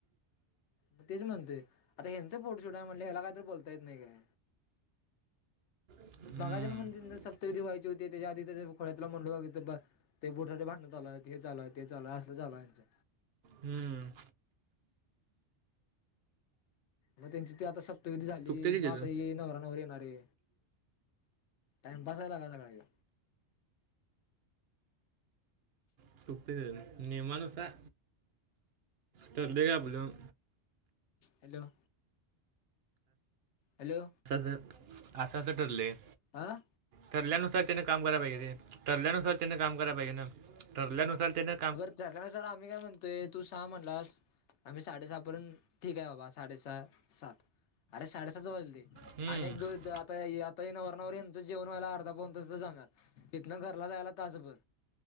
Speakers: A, on the left; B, on the right.
A: म तेच म्हनतोय, आता ह्यांचं फोटोशूट आहे म्हटल्याव ह्याला काही त बोलता येत नाई काय?
B: हम्म
A: मघाजन मंदींत सप्तविधी व्हायची होती त्याच्या आधी त खुळ्या तुला म्हंणलो बघ हितं ब ते बुथडे भांडण चालुय त हे चालुय ते चालुय असलं चालुय ह्यांचं.
B: हम्म.
A: म त्यांची ती आता सप्तविधी झाली
B: चुकते
A: म
B: तिथून
A: आता ही नवरा नवरी येणारे. टाइमपास हाय लेका सगळा ह्यो.
B: <unintelligible> नियमानुसार ठरलंय आपलं.
A: हॅलो. हॅलो.
B: असं असं ठरलंय.
A: आं.
B: ठरल्यानुसार त्यानं काम करा पायजे रे ठरल्यानुसार त्यांन काम कराय पायजे न ठरल्यानुसार त्यांन-
A: बर त्याच्यानुसर आम्ही काय म्हणतोय तू सहा म्हणलास आम्ही साडे सहा पर्यंत ठीक आहे बा बास साडे सहा सात अरे साडे सात वाजले
B: हम्म
A: आणि एक दो दा आता यात त ये नवरा नवरी यांचं जेवण व्हायला अर्धा पाऊन तास तं जाणार इथनं घरला जायला तासभर.